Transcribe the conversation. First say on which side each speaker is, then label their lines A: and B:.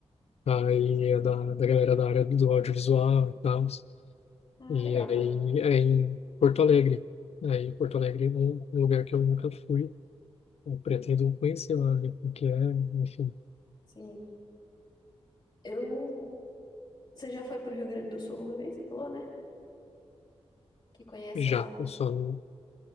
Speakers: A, on the left; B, on the left.
A: aí
B: Sim.
A: é da, da galera da área do audiovisual e tal,
B: Ah,
A: e
B: legal.
A: aí é em Porto Alegre. Aí Porto Alegre é um um lugar que eu nunca fui, eu pretendo conhecer lá, ver como que é, enfim,
B: Sim. Eu. Você já foi pro Rio Grande do Sul alguma vez? Você falou, né? Que conhece
A: já.
B: lá já.
A: Eu só não,